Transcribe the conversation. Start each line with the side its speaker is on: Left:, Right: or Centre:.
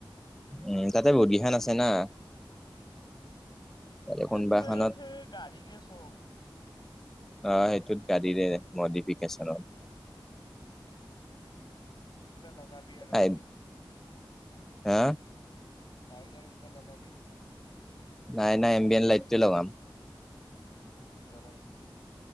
Centre: উম! তাতে বহুতকেইখন আছে না। তাৰে কোনোবা
Left: ফেটোৱেৰত
Centre: এখনত
Left: সেই গাড়ীৰে চব।
Centre: অঁ! সেইটোত গাড়ীৰে মডিফিকেশ্যনত।
Left: কিবা লগাবি আৰু
Centre: আহ
Left: <inaudible>
Centre: হা!
Left: গাড়ী-গাড়ী কিবা লগাবি?
Centre: নাই-নাই এমবিএন লাইটটোৱে লগাম।
Left: ভিতৰত?